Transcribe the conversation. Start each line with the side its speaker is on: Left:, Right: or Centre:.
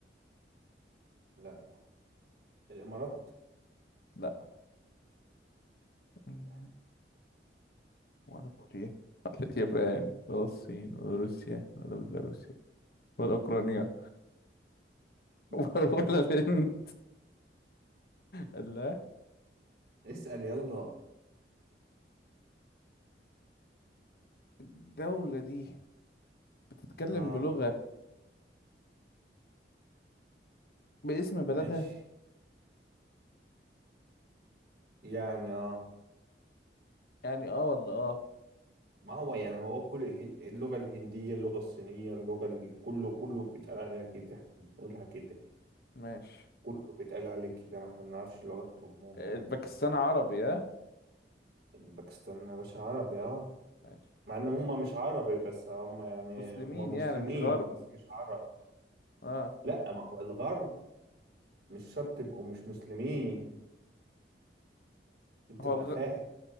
Right: لا الإمارات
Left: لا مم.
Right: لا
Left: ولا كوريا <laughs> ولا اليابان ولا الصين ولا روسيا ولا بيلاروسيا ولا أوكرانيا
Right: <laughs>
Left: <laughs> ولا الهند لا
Right: اسأل يلا
Left: الدولة دي بتتكلم
Right: اه
Left: بلغة باسم بلدها
Right: ماشي يعني اه
Left: يعني اه ولا اه
Right: ما هو يعني هو كل ه- اللغة الهندية اللغة الصينية اللغة ال- كله كله بيتقال عليها كده احنا بنقولها كده
Left: ماشي
Right: كله بيتقال عليك كده ما احنا بنعرفش لغة أمهم
Left: الباكستان
Right: ايه
Left: عربي ها
Right: باكستان يا باشا عربي اه
Left: ماشي
Right: مع ان هم مش عربي بس هم يعني
Left: مسلمين
Right: هم مسلمين
Left: يعني مش غرب
Right: بس مش عرب
Left: اه
Right: لا ما هو الغرب مش شرط تبقوا مش مسلمين عشان تبقى
Left: هو الغ...
Right: فاهم